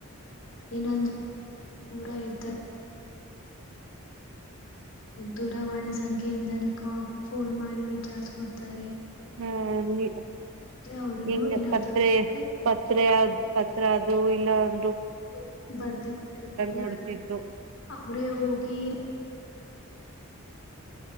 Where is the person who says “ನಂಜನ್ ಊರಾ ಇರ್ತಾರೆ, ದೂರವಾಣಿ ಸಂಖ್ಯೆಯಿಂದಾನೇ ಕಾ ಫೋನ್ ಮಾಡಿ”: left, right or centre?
Left